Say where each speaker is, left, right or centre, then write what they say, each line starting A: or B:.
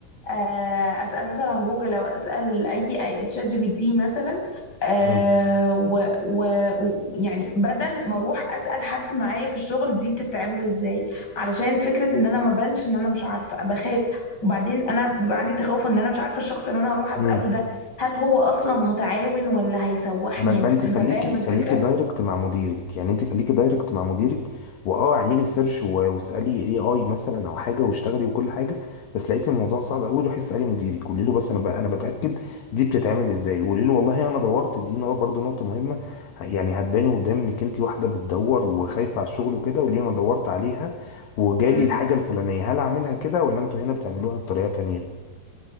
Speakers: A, on the left (about 20°); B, on the left (about 60°).
A: آه، أسأل مثلا عن جوجل أو أسأل أي أي- تشات جي بي تي مثلا آه،
B: مم.
A: و و و- يعني بدل ما أروح أسأل حد معايا في الشغل دي بتتعمل إزاي علشان فكرة إن أنا ما بانش إن أنا مش عارفة بخاف وبعدين أنا بيبقى عندي تخوف إن أنا مش عارفة الشخص اللي أنا هروح أسأله
B: مم.
A: ده هل هو أصلا متعاون ولا هيسوحني
B: ما, ما
A: أنت
B: انت
A: أنت
B: خليكي
A: فاهم الفكرة؟
B: خليكي دايركت مع مديرك يعني انت خليكي دايركت مع مديرك واه اعملي سيرش و- واسالي اي اي مثلا او حاجه واشتغلي وكل حاجه بس لقيتي الموضوع صعب قوي روحي اسالي مديرك قولي له بس انا بقى انا بتاكد دي بتتعمل ازاي قولي له والله انا دورت دي نقطه برضه نقطه مهمه يعني هتباني قدام انك انت واحده بتدور وخايفه على الشغل وكده قولي له انا دورت عليها وجالي
A: مم.
B: الحاجه الفلانيه هل اعملها كده ولا انتوا هنا بتعملوها بطريقه تانيه